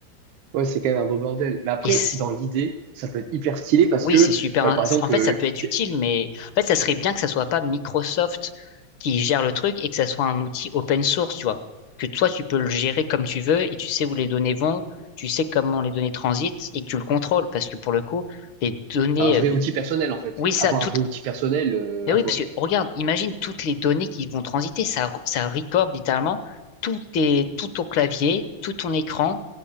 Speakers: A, on the right; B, on the left.
A: Ouais, c'est quand même un beau bordel. Mais après,
B: Et
A: dans l'idée, ça peut être hyper stylé parce
B: Oui,
A: que,
B: c'est super.
A: euh,
B: in-
A: par exemple,
B: En fait,
A: euh,
B: ça peut être
A: qu-
B: utile, mais en fait, ça serait bien que ça soit pas Microsoft qui gère le truc et que ça soit un outil open source, tu vois. Que toi, tu peux le gérer comme tu veux et tu sais où les données vont, tu sais comment les données transitent et que tu le contrôles parce que pour le coup, les données,
A: un vrai
B: euh,
A: outil personnel, en fait.
B: oui, ça,
A: Avoir
B: tout,
A: un vrai outil personnel, euh,
B: mais
A: à
B: oui,
A: toi.
B: parce que regarde, imagine toutes les données qui vont transiter. Ça, ça recorde littéralement tout, tes, tout ton clavier, tout ton écran,